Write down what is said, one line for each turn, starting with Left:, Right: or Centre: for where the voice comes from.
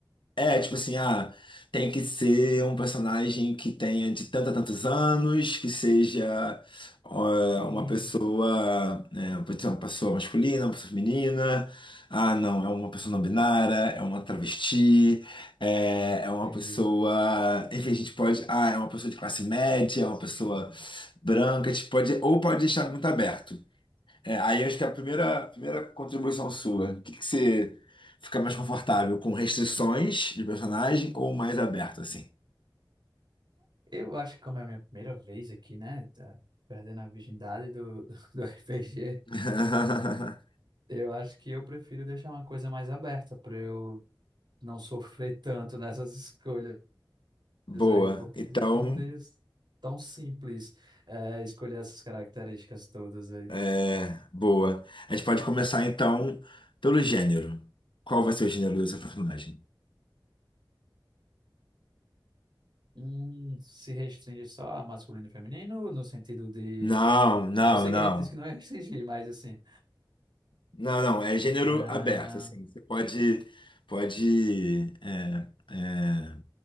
Left: É, tipo assim, ah, tem que ser um personagem que tenha de tantos a tantos anos, que seja ó,
Right: Sim,
Left: uma pessoa, né, pode ser uma pessoa masculina, uma pessoa feminina. Ah, não, é uma pessoa não binária, é uma travesti, é, é uma
Right: entendi.
Left: pessoa. Enfim, a gente pode. Ah, é uma pessoa de classe média, é uma pessoa branca, a gente pode, ou pode deixar muito aberto. É, aí acho que é a primeira, primeira contribuição sua, o que, que você fica mais confortável, com restrições de personagem ou mais aberto, assim?
Right: Eu acho que como é a minha primeira vez aqui, né? tá Perdendo a virgindade do, do, <laughs> do RPG,
Left: <laughs>
Right: eu acho que eu prefiro deixar uma coisa mais aberta para eu não sofrer tanto nessas escolhas
Left: Boa.
Right: aí, porque
Left: Então,
Right: acredito que não deixa tão simples é, escolher essas características todas aí.
Left: é, boa. A gente pode começar então pelo gênero. Qual vai ser o gênero do seu personagem?
Right: Hum, se restringe só a masculino e feminino, no sentido de.
Left: Não, não,
Right: é, eu sei
Left: não.
Right: que a gente disse que não ia restringir, mas assim.
Left: Não, não. É gênero
Right: ah,
Left: aberto, assim. Você pode, pode é, é,